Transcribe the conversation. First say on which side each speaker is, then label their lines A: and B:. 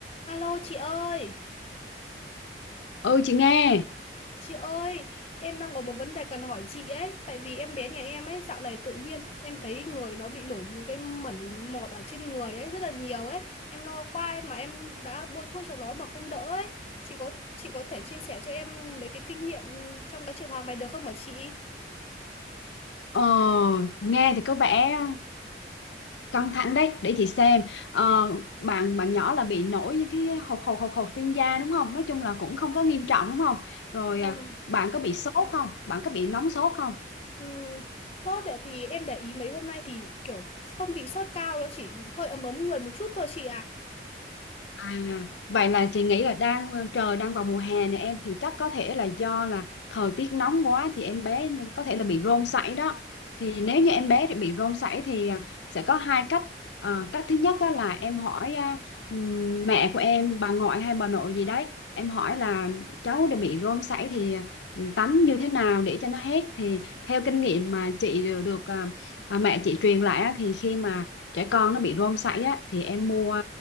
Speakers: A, on the left; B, on the left.
A: Alo chị ơi,
B: Ừ chị nghe
A: chị ơi, em đang có một vấn đề cần hỏi chị ấy, tại vì em bé nhà em ấy dạo này tự nhiên em thấy người nó bị nổi những cái mẩn mọt ở trên người ấy rất là nhiều ấy, em lo quá ấy, mà em đã bôi thuốc cho nó mà không đỡ ấy, chị có chị có thể chia sẻ cho em mấy cái kinh nghiệm trong cái trường hợp này được không hả chị?
B: ờ, nghe thì có vẻ căng thẳng đấy để chị xem ờ, bạn bạn nhỏ là bị nổi những cái hột hột hột hột trên da đúng không nói chung là cũng không có nghiêm trọng đúng không rồi
A: Ừ.
B: à, bạn có bị sốt không bạn có bị nóng sốt không
A: Ừ. Sốt ấy, thì em để ý mấy hôm nay thì kiểu không bị sốt cao nó chỉ hơi ấm ấm người một chút thôi chị ạ.
B: À, vậy là chị nghĩ là đang ờ, trời đang vào mùa hè này em thì chắc có thể là do là thời tiết nóng quá thì em bé có thể là bị rôm sảy đó. Thì nếu như em bé bị rôm sảy thì à, sẽ có hai cách. Ờ, cách thứ nhất á là em hỏi à, ừm, mẹ của em, bà ngoại hay bà nội gì đấy, em hỏi là cháu đã bị rôm sảy thì ừm, tắm như thế nào để cho nó hết. Thì theo kinh nghiệm mà chị đều được à, à, mẹ chị truyền lại á, thì khi mà trẻ con nó bị rôm sảy á thì em mua